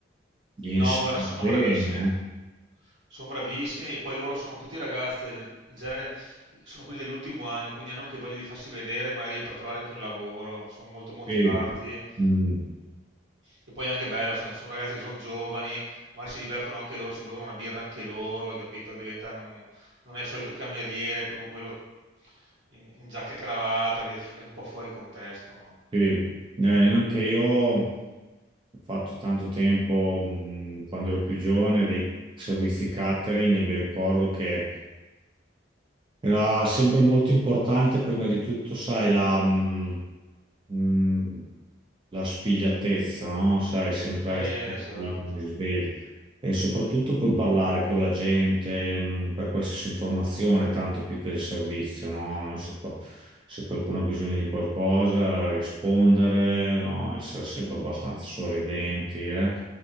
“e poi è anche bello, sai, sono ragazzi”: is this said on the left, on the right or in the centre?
Right